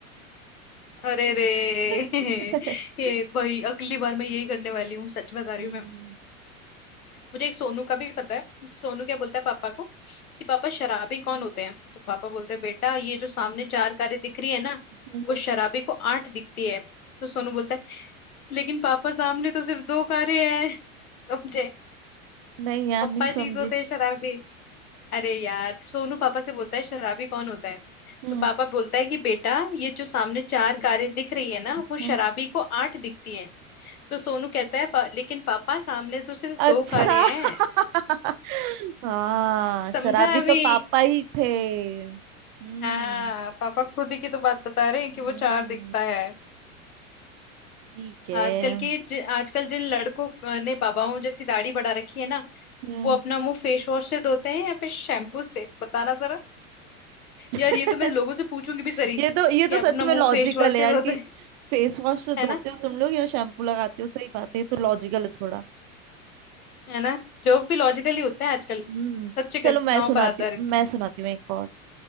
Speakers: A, on the left; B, on the right.
A: अरे रे
B: <laughs>
A: <laughs> ये भाई अगली बार मैं यही करने वाली हूँ सच बता रही
B: हम्म
A: हूँ मैं मुझे एक सोनू का भी पता है सोनू क्या बोलता है पापा को कि पापा शराबी कौन होते हैं तो पापा बोलते हैं बेटा ये जो सामने चार कारें दिख रही है ना
B: हम्म,
A: वो शराबी को आठ दिखती है तो सोनू बोलता है लेकिन पापा सामने तो सिर्फ दो कारें हैं <laughs> समझे
B: नहीं यार
A: पप्पा
B: नहीं समझी
A: जी तो थे शराबी अरे यार सोनू पापा से बोलता है शराबी कौन होता है
B: हम्म
A: तो पापा बोलता है कि बेटा ये जो सामने चार कारें दिख रही है ना
B: हम्म।
A: वो शराबी को आठ दिखती हैं तो सोनू कहता है "पा- लेकिन पापा सामने तो सिर्फ
B: अच्छा
A: दो कारें हैं
B: <laughs> हाँ
A: समझा
B: शराबी
A: अभी
B: तो पापा ही थे हम्म
A: हाँ पापा खुद ही की तो बात बता
B: हम्म
A: रहे हैं कि वो चार दिखता है
B: ठीक है
A: आजकल के जि, आजकल जिन लड़कों ने बाबाओं जैसी दाढ़ी बढ़ा रखी है ना
B: हम्म
A: वो अपना मुंह फेस वॉश से धोते हैं या फिर शैम्पू से बताना जरा
B: <laughs>
A: यार ये तो मैं लोगों से पूछूंगी भी सरी
B: ये तो ये
A: कि
B: तो
A: आप
B: सच
A: अपना
B: में
A: मुंह
B: लॉजिकल
A: फेस वॉश
B: है
A: से
B: यार
A: धोते
B: कि
A: हैं
B: फेस वॉश से धोते
A: है ना
B: हो तुम लोग या शैम्पू लगाते हो सही बात है ये तो लॉजिकल है थोड़ा
A: है ना जोक भी लॉजिकल ही होते हैं आजकल
B: हम्म
A: सच्ची घटनाओं
B: चलो मैं सुनाती
A: पर आधारित
B: हूँ मैं सुनाती हूँ एक और